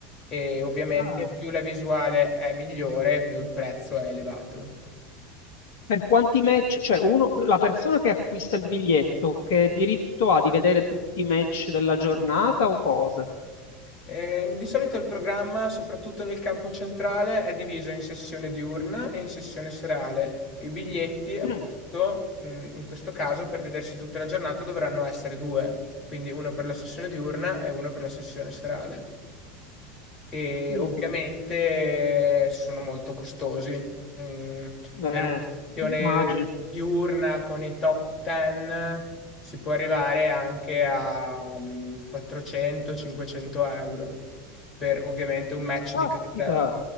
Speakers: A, on the left; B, on the left.
A: E ovviamente
B: Chiaro.
A: più la visuale è migliore, più il prezzo è elevato.
B: Per quanti match, cioè uno, la persona che acquista il biglietto, che diritto ha di vedere tutti i match della giornata o cosa?
A: Eh, di solito il programma, soprattutto nel campo centrale, è diviso in sessione diurna e in sessione serale. I biglietti, appunto,
B: Mm,
A: mh, in questo caso per vedersi tutta la giornata dovranno essere due, quindi uno per la sessione diurna e uno per la sessione serale. E
B: capito?
A: ovviamente sono molto costosi. Mm,
B: Eh,
A: per una sessione
B: immagino.
A: diurna con i top 10 si può arrivare anche a mm, 400-500 euro per ovviamente un match
B: Caspita,
A: di cartelli,